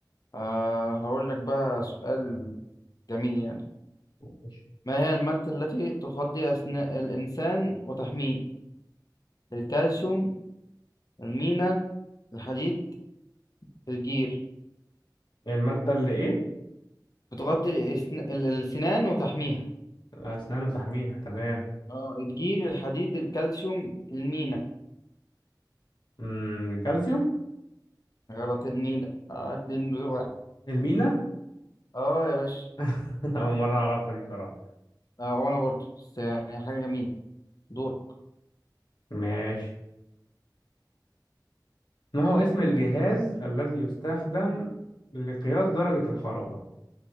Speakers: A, on the left; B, on the left.
A: آه هقول لك بقى سؤال جميل يعني
B: ماشي.
A: ما هي المادة التي تغذي أثناء الإنسان وتحميه الكالسيوم المينا الحديد الجير
B: المادة اللي إيه؟
A: بتغطي الأسن- ال- الأسنان وتحميها
B: أسنان وتحميها تمام
A: اه الجير الحديد الكالسيوم المينا
B: مم، الكالسيوم
A: غلط المينا اه اتنين بتوع واحد
B: المينا
A: اه يا باشا
B: <laughs> أول مرة أعرفها دي بصراحة
A: اه وأنا برضه بس يعني حاجة جميلة دورك
B: ماشي ما هو اسم الجهاز الذي يستخدم لقياس درجة الحرارة